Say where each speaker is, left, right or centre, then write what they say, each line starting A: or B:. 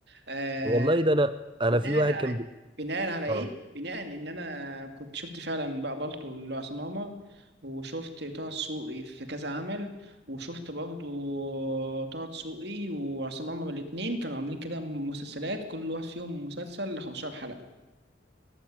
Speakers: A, on the right; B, on the right.
A: آه،
B: والله ده انا انا
A: بناء
B: في واحد
A: على
B: كان بي...
A: بناء على ايه
B: اه
A: بناء ان انا كنت شفت فعلا بقى بالطو لعصام عمر وشفت طه دسوقي في كذا عمل وشفت برضو طه دسوقي وعصام عمر الاتنين كانوا عاملين كده مسلسلات كل واحد فيهم مسلسل 15 حلقة